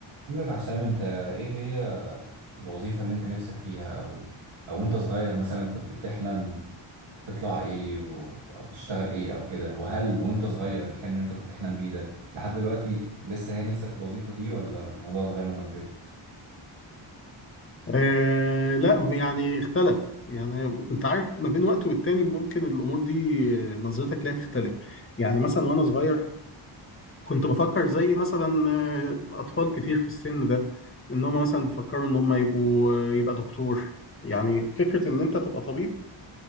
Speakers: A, on the right; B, on the left.
A: بقول لك يا حسام انت ايه هي الوظيفة اللي انت نفسك فيها او او انت صغير مثلا كنت بتحلم تطلع ايه و... او تشتغل ايه او كده وهل وانت صغير الحلم اللي انت كنت بتحلم بيه ده لحد دلوقتي لسه هي نفسك في الوظيفة دي ولا الموضوع اتغير لما كبرت
B: آه لا يعني اختلف يعني انت عارف ما بين وقت والتاني ممكن الامور دي آه، نظرتك ليها تختلف يعني مثلا وانا صغير كنت بفكر زي مثلا آه، اطفال كتير في السن ده ان هم مثلا بيفكروا ان هم يبقوا آه، يبقى دكتور يعني فكرة ان انت تبقى طبيب